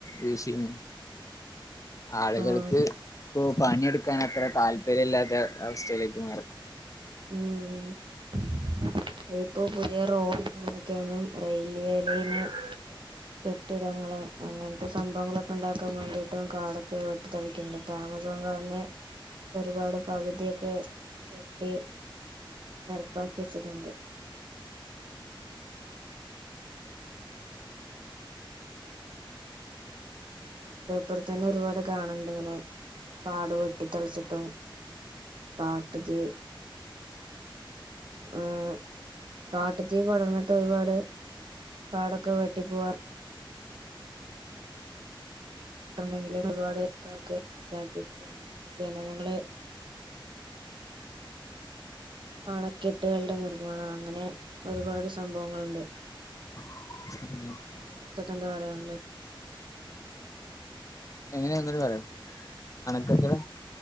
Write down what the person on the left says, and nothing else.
യൂസിങ്ങ് ആള്കൾക്ക്
പ്പൊ പണിയെടുക്കാൻ അത്ര താല്പര്യല്ലാത്ത അവസ്ഥയിലേക്ക് മാറി
അ <inaudible>
എങ്ങനെഒന്നൂടി പറയൊ അണക്കട്ടും